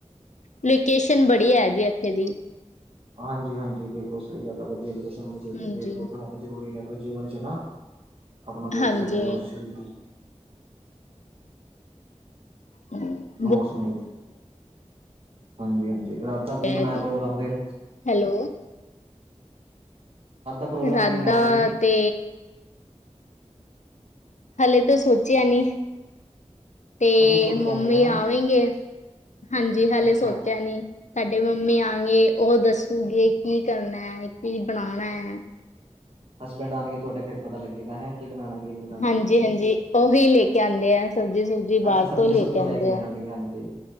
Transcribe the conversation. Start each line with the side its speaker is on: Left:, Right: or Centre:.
Left: ਲੋਕੇਸ਼ਨ ਬੜੀ ਹੈ ਜੀ, ਇੱਥੇ ਦੀ।
Right: ਹਾਂਜੀ-ਹਾਂਜੀ, ਬਿਲਕੁਲ ਸਹੀ ਗੱਲ ਆ। ਵਧੀਆ ਲੋਕੇਸ਼ਨ ਹੋਣੀ ਚਾਹੀਦੀ
Left: ਹਾਂਜੀ
Right: ਹੈ, ਪੇਡ-ਪੌਧੇ ਹੋਣੇ ਜ਼ਰੂਰੀ ਨੇ। ਪਰ ਜੇ ਮੈਂਨ ਚਾਹਨਾ, ਆਪਣਾ ਬਹੁਤ
Left: ਹਾਂਜੀ
Right: ਫਾਇਦਾ ਹੈਗਾ, ਉਸ ਚੀਜ਼ ਨਾਲ
Left: ਹੂੰਮ।
Right: ਹੋਰ ਸੁਣਾਓ, ਹਾਂਜੀ-ਹਾਂਜੀ ਰਾ ਦਾ ਕੀ
Left: ਹੈ
Right: ਬਣਾਇਆ ਪ੍ਰੋਗਰਾਮ ਫੇਰ।
Left: ਹੈਲੋ
Right: ਪ੍ਰੋਗਰਾਮ
Left: ਰਾਤ
Right: ਕੀ ਬਣਾਇਆ
Left: ਦਾ
Right: ਫਿਰ
Left: ਤੇ ਹਲੇ ਤਾਂ ਸੋਚਿਆ ਨੀ ਤੇ
Right: ਅਜੇ ਸੋਚਿਆ
Left: ਮੰਮੀ
Right: ਨੀ ਹੈ
Left: ਆਵੇਂਗੇ, ਹਾਂਜੀ, ਹਾਲੇ
Right: ਅੱਛਾ
Left: ਸੋਚਿਆ ਨੀ। ਸਾਡੇ ਮੰਮੀ ਆਣਗੇ, ਉਹ ਦੱਸੂਗੇ ਕੀ ਕਰਨਾ ਹੈ, ਕੀ ਬਣਾਣਾ ਹੈ। <inaudible>
Right: ਹਸਬੈਂਡ ਆਣਗੇ ਤੁਹਾਡੇ ਫਿਰ ਪਤਾ ਲੱਗੇਗਾ ਹੈਂ? ਕੀ ਬਣਾਉਣਾ ਕੀ ਨਹੀਂ ਬਣਾਉਣਾ
Left: ਹਾਂਜੀ ਹਾਂਜੀ ਉਹੀ ਲੈ ਕੇ ਆਂਦੇ ਆ ਸਬਜ਼ੀ ਸੁਬਜੀ
Right: ਅੱਛਾ
Left: ਬਾਹਰ
Right: ਸਬਜ਼ੀ
Left: ਤੋਂ
Right: ਸੁਬਜੀ
Left: ਆਂਦੇ
Right: ਲੈ ਕੇ ਜਾਣਗੇ।
Left: ਆ
Right: ਜ